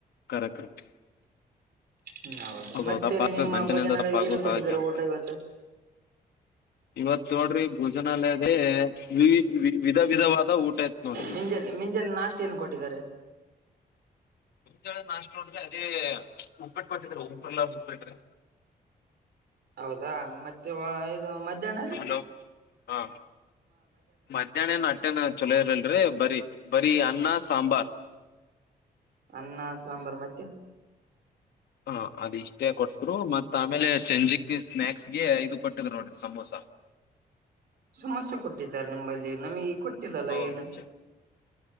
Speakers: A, on the left (about 80°); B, on the right (about 80°).
A: ಕರೆಕ್ಟ್
B: ಹ್ಮ್ ಹೌದು
A: ಹೌದೌದುಪ್ಪ
B: ಮತ್ತೆ ರೀ ನಿಮ್ಮ
A: ಬಂಜನಿಂದ
B: ಭೋಜನಾಲಯಗೆ
A: ತಪ್ಪ ಆಗುವ
B: ಏನು ಕೊಟ್ಟಿದ್ದಾರೆ
A: ಸಹಜ ಆಗ್ತದೆ
B: ಊಟ ಇವತ್ತು
A: ಇವತ್ ನೋಡ್ರಿ ಭೋಜನಾಲಯದೇ ವಿ ವಿಧ ವಿಧವಾದ ಊಟ ಇತ್ ನೋಡ್ರಿ
B: ಮಿಂಜಲ್ ಮಿಂಜಲ್ ನಾಷ್ಟ ಏನ್ ಕೊಟ್ಟಿದ್ದಾರೆ
A: <unintelligible> ನಾಶ ನೋಡ್ರಿ ಅದೇ ಉಪ್ಪಿಟ್ಬಟ್ಟಿದ್ರ ಉಪರ್ಲಾರ ಉಪ್ಪಿಟ್ರೆ
B: ಹೌದಾ ಮತ್ತೆ ಇದು ಮಧ್ಯಾಹ್ನರಿ
A: ಹಲೋ ಹಾ ಮಧ್ಯಾಹ್ನ ಏನ ಬಟ್ಟೆನ ಚೊಲೋ ಇರಲ್ರಿ ಬರಿ ಬರಿ ಅನ್ನ ಸಾಂಬಾರ್
B: ಅನ್ನ ಸಾಂಬಾರ್ ಮತ್ತೆ
A: ಹ ಅದ ಇಷ್ಟೇ ಕೊಟ್ಟ್ರು ಮತ್ ಆಮೇಲೆ ಚಂಜಿಕ್ ಸ್ನಾಯಕ್ಸ್ಗೆ ಇದು ಕೊಟ್ಟಿದ್ ನೋಡ್ರಿ ಸಮೋಸಾ
B: ಸಮಸ್ಯೆ ಕೊಟ್ಟಿದ್ದಾರೆ ನಿಂಬಲ್ಲಿ ನಮಗೆ ಕೊಟ್ಟಿಲ್ಲಲ್ಲ
A: ಹೌದು
B: ಏನು
A: ಅಜ್ಜ.